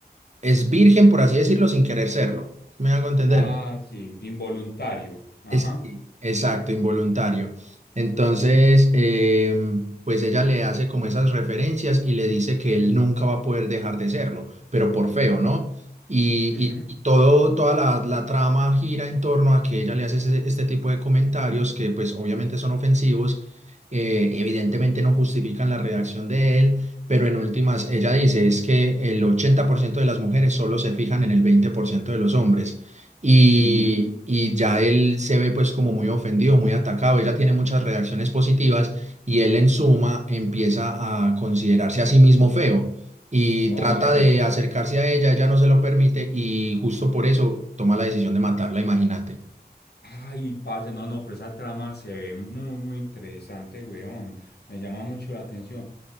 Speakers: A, on the right (about 45°); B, on the left (about 75°).
A: es virgen, por así decirlo, sin querer serlo. ¿sí ¿Me hago entender?
B: Ah, sí, involuntario. Ajá.
A: Es- sí, exacto, involuntario. Entonces,
B: sí.
A: em, pues ella le hace como esas referencias y le dice que él nunca va a poder dejar de serlo, pero por feo, ¿no? Y,
B: Ujú,
A: y- y todo, toda la, la trama gira en torno a que ella le hace ese- este tipo de comentarios que pues obviamente son ofensivos, eh, evidentemente no justifican la reacción de él, pero en últimas ella dice es que el 80% de las mujeres solo se fijan en el 20% de los hombres y,
B: ujú.
A: y ya él se ve pues como muy ofendido, muy atacado, ella tiene muchas reacciones positivas y él en suma empieza a considerarse a sí mismo feo y
B: Ok.
A: trata de acercarse a ella, ella no se lo permite y justo por eso toma la decisión de matarla, imagínate.
B: Ay, parce, no, no, pero esa trama se ve muy, muy interesante, weón. Me llama mucho la atención.